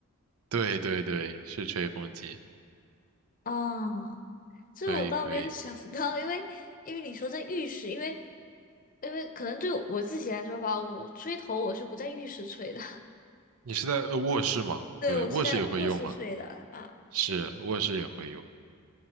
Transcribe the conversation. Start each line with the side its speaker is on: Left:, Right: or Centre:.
Right: 对对对，是吹风机，
Left: <laughs> 啊，这我倒没有想到，
Right: 可以可以，
Left: 因为因为你说在浴室，因为因为可能对我自己来说吧，我我吹头我是不在浴室吹的，
Right: 你是在呃卧室吗？
Left: <laughs> 对，
Right: 对，
Left: 我是在卧室吹的啊，
Right: 卧室也会用啊，是卧室也会用，